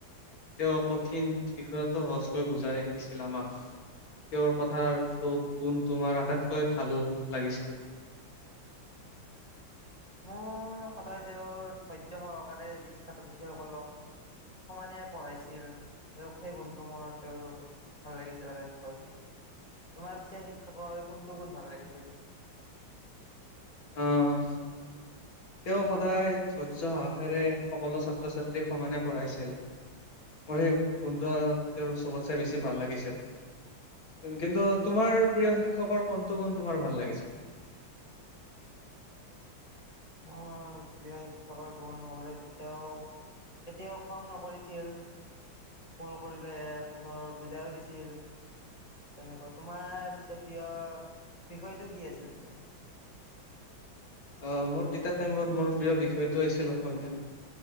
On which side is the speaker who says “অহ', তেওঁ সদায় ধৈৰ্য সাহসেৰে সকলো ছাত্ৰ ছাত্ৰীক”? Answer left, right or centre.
Left